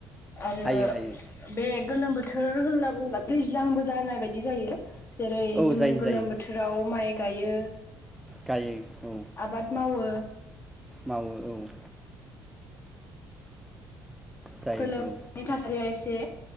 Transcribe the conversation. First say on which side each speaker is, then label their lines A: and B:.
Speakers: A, on the left; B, in the centre.
A: आरो
B: हायो हायो।
A: बे गोलोम बोथोर होनना बुङोबा दैज्लांबो जानाय बायदि जायो। जेरै
B: औ
A: जों
B: जायो
A: गोलोम
B: जायो
A: बोथोराव माइ गायो।
B: गायो औ
A: आबाद मावो।
B: मावो औ। जायो
A: गोलोमनि थासारिया एसे